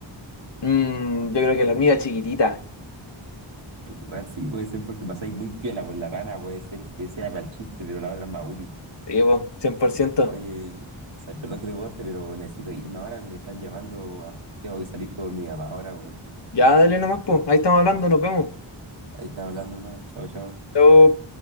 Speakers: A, on the left (about 60°); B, on the right (about 70°).
A: Mm, yo creo que la mía chiquitita.
B: Igual sí, puede ser porque pasáis muy piola por la rana, puede ser que sea para el chiste, pero la otra es más útil.
A: Sí, po, 100%.
B: Oye, o sea, perdón que te corte, pero necesito irme ahora que me están llamando. a- Tengo que salir con mi mamá ahora, weón.
A: Ya, dale nomás, po. Ahí estamos hablando, nos vemos.
B: Ahí están hablando, hermano. Chao, chao.
A: Chao.